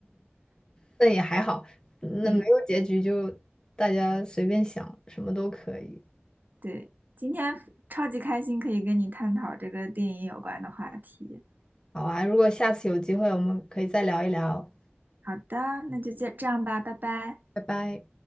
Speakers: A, on the left; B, on the right.
A: 但也还好，那没有结局就大家随便想，
B: 嗯，
A: 什么都可以。
B: 对，今天超级开心，可以跟你探讨这个电影有关的话题。
A: 好啊，如果下次有机会，我们可以再聊一聊。
B: 好的，那就这这样吧，拜拜。
A: 拜拜。